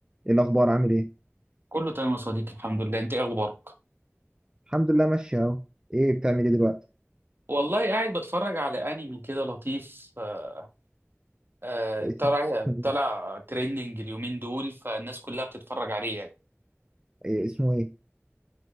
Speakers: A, on the right (about 15°); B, on the right (about 50°).
A: ايه الاخبار عامل ايه
B: كله تمام يا صديقي الحمد لله انت ايه اخبارك
A: الحمد لله ماشي اهو ايه بتعمل ايه دلوقتي
B: والله قاعد بتفرج على انمي كده لطيف آه، آه،
A: اسم-
B: طلع
A: <laughs>
B: طلع تريندنج اليومين دول فالناس كلها بتتفرج عليه يعني
A: إيه اسمه ايه